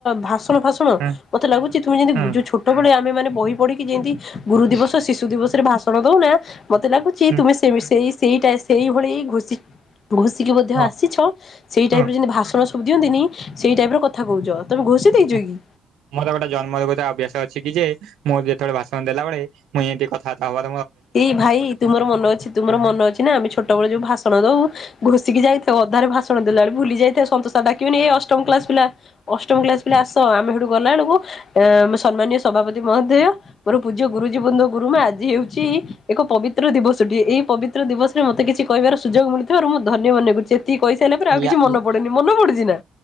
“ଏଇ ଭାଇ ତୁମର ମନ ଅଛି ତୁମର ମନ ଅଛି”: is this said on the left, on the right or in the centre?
Left